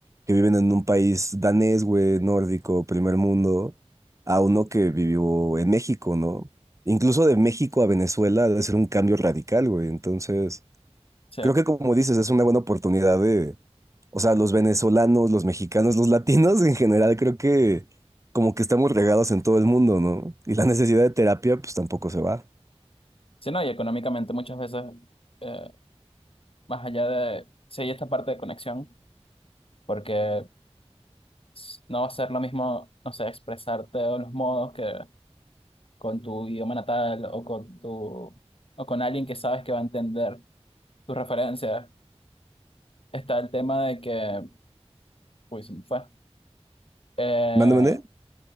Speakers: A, on the right (about 30°); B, on the left (about 55°).
A: que viven en un país danés, güey, nórdico, primer mundo, a uno que vivió en México, ¿no? Incluso de México a Venezuela debe ser un cambio radical, güey. Entonces,
B: Sí.
A: Creo que como dices, es una buena oportunidad de, o sea, los venezolanos, los mexicanos, los latinos en general, creo que como que estamos regados en todo el mundo, ¿no? Y la necesidad de terapia, pues tampoco se va.
B: Sí, no, y económicamente muchas veces, eh, más allá de, sí hay esta parte de conexión, porque s- no va a ser lo mismo, no sé, expresarte o los modos que con tu idioma natal o con tu o con alguien que sabes que va a entender tus referencias. Está el tema de que, uy, se me fue. Eh,
A: ¿Mande, mande?